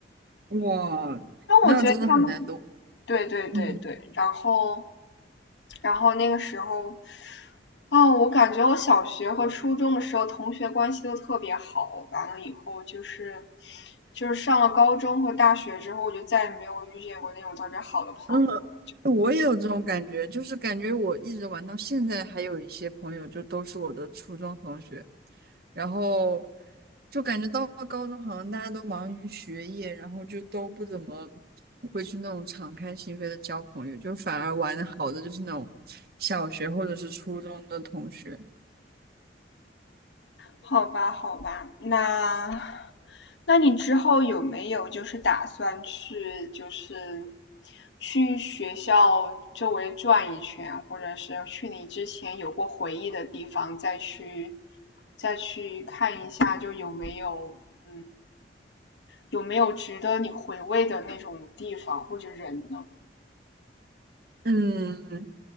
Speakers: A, on the right (about 55°); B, on the left (about 75°).
A: 哇，
B: 让我觉得他们
A: 那真的很难得。
B: 对对对对，
A: 嗯
B: 然后，然后那个时候，啊，我感觉我小学和初中的时候同学关系都特别好，完了以后就是，就是上了高中和大学之后，我就再也没有遇见过那种特别好的朋友。
A: 嗯，我也有这种感觉，就是感觉我一直玩到现在，还有一些朋友就都是我的初中同学，然后就感觉到了高中好像大家都忙于学业，然后就都不怎么会去那种敞开心扉的交朋友，就反而玩的好的就是那种小学或者是初中的同学。
B: 好吧，好吧，那那你之后有没有就是打算去就是去学校周围转一圈，或者是去你之前有过回忆的地方再去再去看一下，就有没有嗯有没有值得你回味的那种地方或者人呢？
A: 嗯，